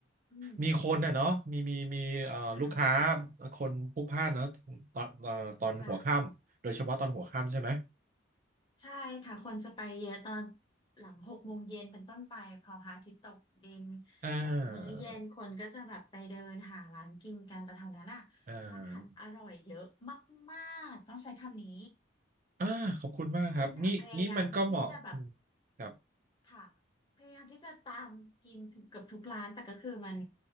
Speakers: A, on the left (about 20°); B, on the right (about 40°).
A: อืม
B: มีคนน่ะเนาะมีมีมีเอ่อลูกค้า
A: ค่ะ
B: คนพลุกพล่านเนาะตอนเอ่อตอนหัวค่ำโดยเฉพาะตอนหัวค่ำใช่ไหม
A: ค่ะใช่ค่ะคนจะไปเยอะตอนหลังหกโมงเย็นเป็นต้นไปพอพระอาทิตย์ตกดิน
B: อ่า
A: แบบมื้อเย็นคนก็จะแบบไปเดินหาร้านกินกันแต่แถวนั้นอ่ะร้านอาหารอร่อยเยอะ
B: อ่า
A: มากๆต้องใช้คำนี้
B: อ่าขอบคุณมากครับนี่นี่มันก็เหมาะอืม
A: พระอ้วนอ่ะพยายามที่จะแบบ
B: ครับ
A: ค่ะพยายามที่จะตามกินเกือบทุกร้านแต่ก็คือมัน